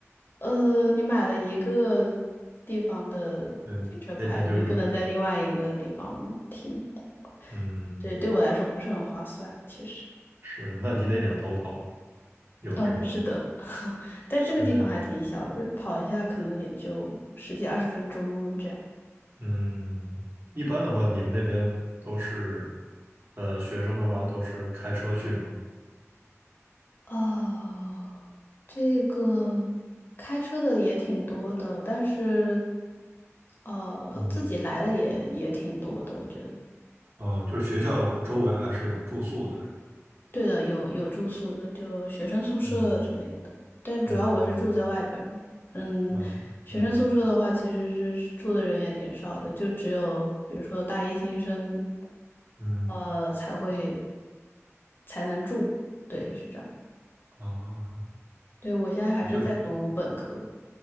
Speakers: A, on the left; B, on the right.
A: 呃你买了一个地方的停车牌，
B: 对，那边就用不了。
A: 你就不能在另外一个地方停，
B: 嗯，
A: 对，对我来说不是很划算，其实。
B: 是，那你得两头跑，有的时候。
A: 嗯，是的。但这个地方还挺小的，
B: 我也
A: 跑一下可能也就十几二十分钟这样。
B: 嗯，一般的话，你们那边都是，呃，学生的话都是开车去吗？
A: 哦，这个开车的也挺多的，但是呃，
B: 嗯。
A: 自己来的也也挺多的，我觉得。
B: 哦，就是学校周围还是有住宿的。
A: 对的，有有住宿的，就学生宿舍之类的。
B: 嗯
A: 但主要我是住在外边儿嘛，
B: 嗯，
A: 嗯，
B: 完了，
A: 学生宿舍的话，
B: 嗯
A: 其实是住的人也挺少的，就只有比如说大一新生，
B: 嗯
A: 呃，才会才能住。对，是这样。
B: 啊，
A: 对，我现在还是在读本科，
B: 也就是